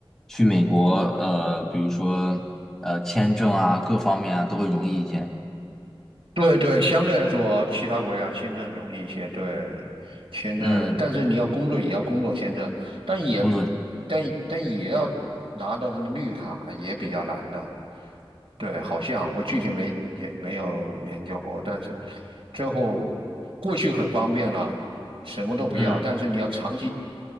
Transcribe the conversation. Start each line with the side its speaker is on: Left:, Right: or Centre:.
Centre: 去美国，呃，比如说呃签证啊，各方面啊都会容易一些。
Right: 对对，相对来说，其他国家签证容易一些。对，签证，
Centre: 嗯，
Right: 但是你要工作也要工作签证，但也
Centre: 工作，
Right: 但但也要拿到他的绿卡也比较难的。对，好像我具体没也没有研究过，但是最后过去很方便了，什么都不要，
Centre: 嗯，
Right: 但是你要长期